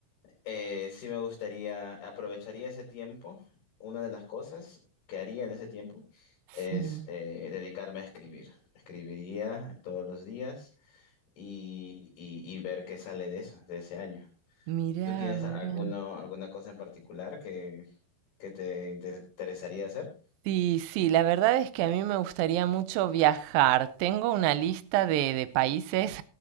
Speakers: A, on the left; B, on the right.
A: eh, sí me gustaría, aprovecharía ese tiempo. Una de las cosas que haría en ese tiempo es
B: sí.
A: eh, dedicarme a escribir. Escribiría todos los días y, y y ver qué sale de eso, de ese año.
B: Mirá,
A: ¿Tú tienes
B: mirá.
A: alguno, alguna cosa en particular que, que te inter- interesaría hacer?
B: Sí, sí, la verdad es que a mí me gustaría mucho viajar. Tengo una lista de, de países